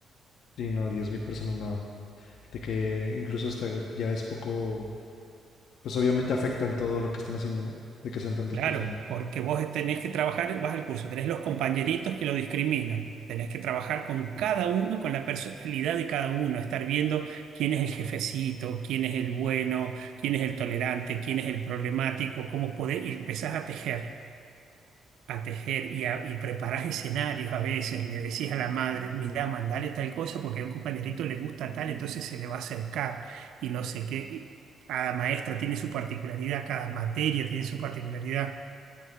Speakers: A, on the left; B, on the right.
A: Sí, no, 10.000 personas no. De que incluso hasta ya es poco, pues obviamente afectan todo lo que están haciendo, ¿no? De que sean tantas
B: Claro,
A: personas.
B: porque vos tenés que trabajar, vas al curso, tenés los compañeritos que lo discriminan, tenés que trabajar con cada uno, con la personalidad de cada uno, estar viendo quién es el jefecito, quién es el bueno, quién es el tolerante, quién es el problemático, cómo podés, y empezás a tejer. a tejer y, a- y preparás escenarios a veces, le decís a la madre, mirá, mandale tal cosa porque a un compañerito le gusta tal, entonces se le va a acercar y no sé qué. Y Cada maestra tiene su particularidad, cada materia tiene su particularidad,